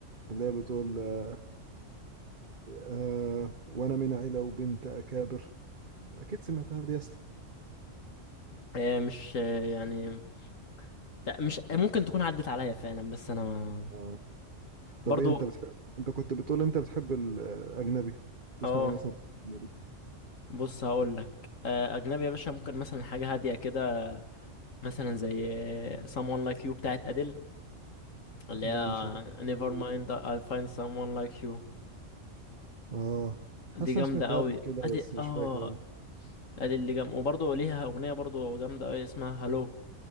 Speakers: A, on the right; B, on the left.
A: اللي هي بتقول آه آه، وانا من عيله وبنت اكابر اكيد سمعتها دي يا اسطى
B: آه، مش آه، يعني لا مش ممكن تكون عدت عليا فعلا بس انا ما
A: آه. طب
B: برضو
A: ايه انت بتحب انت كنت بتقول انت بتحب الاجنبي تسمع
B: اه
A: ايه مثلا اجنبي
B: بص هقول لك آه، اجنبي يا باشا ممكن مثلا حاجة هادية كده مثلا زي آه، someone like you بتاعت اديل اللي
A: لا
B: هي
A: مش عارف
B: never
A: الدور
B: mind
A: ده
B: I find someone like you
A: اه
B: دي
A: حاسس
B: جامدة
A: انا سمعتها
B: قوي
A: قبل كده
B: ادي
A: بس مش
B: اه
A: فاكر أوي.
B: ادي اللي جم وبرضه ليها اغنيه برضه جامده قوي اسمها هالو